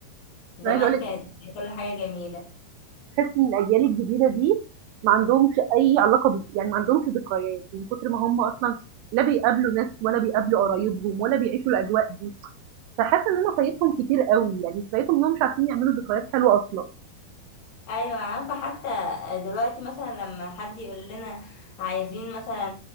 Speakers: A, on the left; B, on the right.
A: فزمان
B: أنا عايزة أقول لِك
A: كانت كل حاجة جميلة
B: تحسّي إن الأجيال الجديدة دي ما عندهمش أي علاقة بال يعني ما عندهمش ذكريات، من كتر ما هم أصلًا لا بيقابلوا ناس ولا بيقابلوا قرايبهم ولا بيعيشوا الأجواء فحاسة إن أنا فايتهم كتير أوي، يعني فايتهم إنهم مش عارفين يعملوا ذكريات حلوة أصلًا،
A: أيوة عارفة حتى دلوقتي مثلا لما حد يقول لنا عايزين مثلا